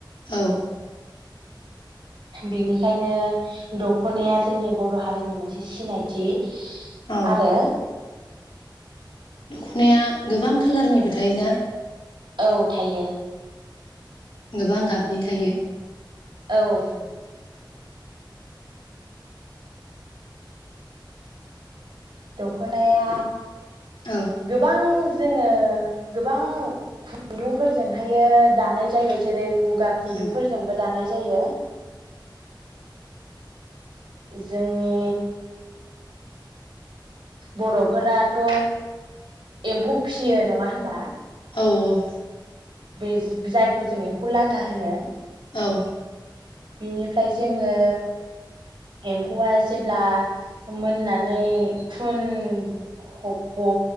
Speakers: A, on the left; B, on the right.
A: औ।
B: बिनिखायनो दख'नाया जोंनि बर' हारिनि मोनसे सिनायथि।
A: औ
B: आरो।
A: दखनाया गोबां कालारनिबो। थायोना।
B: औ थायो।
A: गोबां गाबनि थायो।
B: औ। दखनाया
A: औ
B: गोबां। जोङो गोबां खुन्दुंफोरजोंहायो दानाय जायो जेरै गा खुन्दुंफोरजोंबो
A: औ
B: दानाय जायो जोंनि बर'फोराथ' एम्फौ फियो नङा होनबा?
A: औ औ
B: बे जायखौ जों एम्फौ लाथा होनो
A: औ
B: बिनिफ्राय जोङो एम्फौआ जेब्ला मोननानै खुन हह